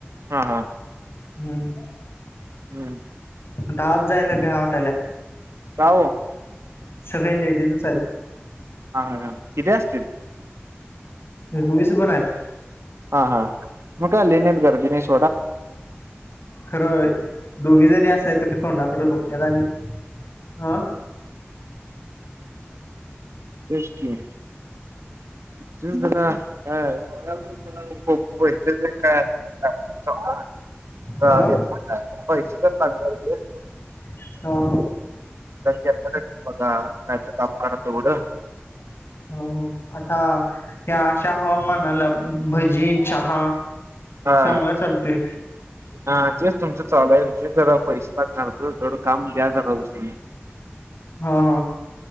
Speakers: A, on the right; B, on the left.
A: हा हा.
B: हम्.
A: हम्म.
B: तात जायले बे्याात.
A: काह?
B: सगळे लेडीजच आहेत.
A: हा, हा, ना, किथे असतील?
B: तुम्ही सु बरह <unintelligible>
A: हा हा मग काय लेण्यात गर्दीनेश
B: खरं, दोघे जरी असले तर तोंडाकडं बघत्यात आणि हा
A: तेच की, जस्ट आता काय खूप पैसे जे काय असल ते आपून
B: ह
A: सांग ह पैसेां <unintelligible>
B: ह
A: <unintelligible> बघा, काय त काम काढा तेवढं
B: हुम हूं, आता या अशा हवामानाला, भजी, चहा
A: हा
B: चांगला चालते
A: हा जेच तुमचं चालू हाय, जे जरा पैसे लागणार, तर तेवढं काम द्या जरा उसन
B: हूं, हू